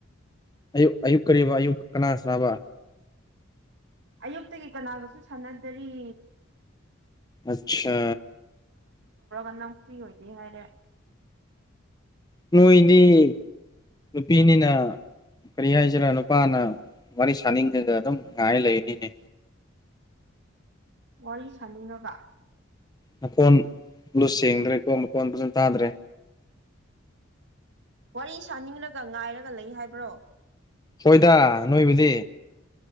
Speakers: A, on the left (about 20°); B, on the right (about 65°).
A: ꯑꯌꯨꯛ ꯑꯌꯨꯛ ꯀꯔꯤ ꯑꯌꯨꯛ ꯀꯅꯥ ꯁꯅꯥꯕ
B: ꯑꯌꯨꯛꯇꯒꯤ ꯀꯅꯥꯒꯁꯨ ꯁꯥꯟꯅꯗꯔꯤ
A: ꯑꯆꯥ
B: ꯂꯝꯪ ꯐ꯭ꯔꯤ ꯑꯣꯏꯗꯦ ꯍꯥꯏꯔꯦ
A: ꯅꯣꯏꯅꯤ ꯅꯨꯄꯤꯅꯤꯅ ꯀꯔꯤ ꯍꯥꯏꯁꯤꯔꯥ ꯅꯨꯄꯥꯅ ꯋꯥꯔꯤ ꯁꯥꯅꯤꯡꯉꯒ ꯑꯗꯨꯝ ꯉꯥꯏ ꯂꯩꯅꯤꯅꯦ
B: ꯋꯥꯔꯤ ꯁꯥꯅꯤꯡꯉꯒ
A: ꯃꯈꯣꯟ ꯂꯨ ꯁꯦꯡꯗ꯭ꯔꯦꯀꯣ ꯃꯈꯣꯟ ꯐꯖꯅ ꯇꯥꯗ꯭ꯔꯦ
B: ꯋꯥꯔꯤ ꯁꯥꯅꯤꯡꯂꯒ ꯉꯥꯏꯔꯒ ꯂꯩ ꯍꯥꯏꯕ꯭ꯔꯣ
A: ꯍꯣꯏꯗ ꯅꯣꯏꯕꯨꯗꯤ